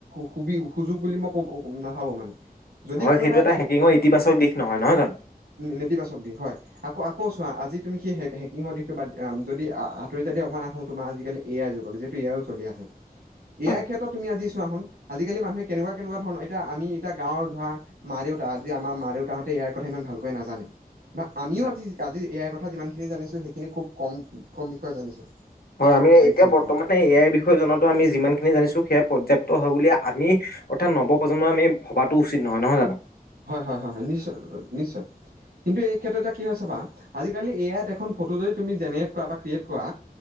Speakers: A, on the right (about 85°); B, on the left (about 75°).
A: সুবি সুযোগ বুলি মই ক'ব নাভাবো মানে। যদি
B: হয় হয়
A: কোনোবাই
B: সেইটো এটা হেকিঙৰ ইতিবাচক দিশ নহয় নহয় জানো
A: নেতিবাচক দি হয় আকৌ। ক'ছোৱা আজি তুমি সেই হে হেকিঙৰ দিশটো বা যদি আতৰি যদি অকণমান আহো তোমাৰ আজিকালি এ আই যুগলৈ যিহেতু চলি আছে ইয়াৰ
B: হয়
A: ক্ষেত্ৰত তুমি আজি চোৱাচোন আজিকালি মানুহে কেনেকুৱা কেনেকুৱা ধৰণৰ এতিয়া আমি এতিয়া গাঁৱৰ ধৰা মা দেউতা আজি আমাৰ মা দেউতাহঁতে ইয়াৰ কথা ইমান ভালকৈ নাজানে। বা আমিও
B: হয়
A: আজি আজি এয়াই কথা যিমানখিনি জানিছো সেইখিনি খুব কম কম বিষয়ে জানিছো।
B: হয় আমি
A: খালি
B: এতিয়া
A: থৈ
B: বৰ্তমানে
A: দিলে
B: এয়াই বিষয়ে জনাতো আমি যিমানখিনি জানিছো সেয়া পৰ্যাপ্ত। হয় বুলি আমি অৰ্থাৎ নৱপ্ৰজন্মই আমি ভবাতো উচিত নহয় নহয় জানো।
A: হয় হয় হয় হয় নিশ্চয় নিশ্চয়। কিন্তু এই ক্ষেত্ৰত এ কি হৈছে চাবা আজিকালি এ আইত এখন ফটো যদি তুমি জেনেৰেট কৰা বা ক্ৰিয়েট কৰা।